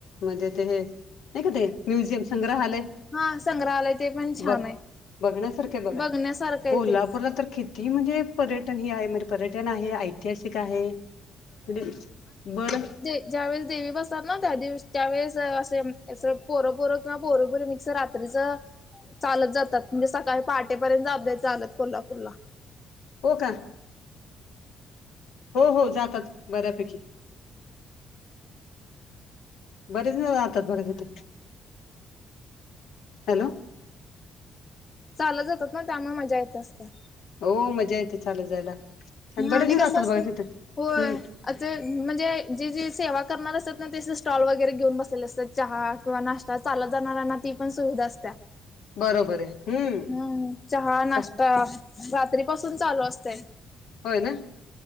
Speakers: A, on the left; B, on the left.
A: मध्ये ते नाही का ते म्युझियम संग्रहालय.
B: हा संग्रहालय ते पण छान
A: बघ
B: आहे
A: बघण्यासारख्या बघा
B: बघण्यासारखं आहे
A: कोल्हापूरला
B: ते
A: तर खि. ती म्हणजे पर्यटन ही आहे म्हजे पर्यटन आहे. ऐतिहासिक आहे म्हणजे बर.
B: ज्या वेळे देवी बसतात ना त्या दिवशी त्यावेेळेस असे अस पोरं पोरं किंवा पोरपोर मिक्सर राह. चालत जातात म्हणजे सकाळी पहाटेपर्यंत आपल्या चालत कोल्हापूरला.
A: हो का. हो हो जातात बऱ्यापैकी. बरेच ना राहतात बघा तिथं. हॅलो.
B: चाल जातात ना त्यामुळे मजा येत असतात.
A: हो मजा येते चालू जायला. छान बरेच
B: आणि
A: जण
B: कसं
A: जातात
B: असत
A: बघा तिथं
B: होय.
A: हम्म
B: अस म्हणजे जे जे सेवा करणार असतात ना ते स्टॉल वगैरे घेऊन बसलेले असतात. चहा किंवा नाश्ता चालत जाणाऱ्यांना ती पण सुविधा असत.
A: बरोबर आहे हम्म
B: हम् चहा नाश्ता.
A: चा
B: रात्रीपसून चालू असते.
A: होय ना.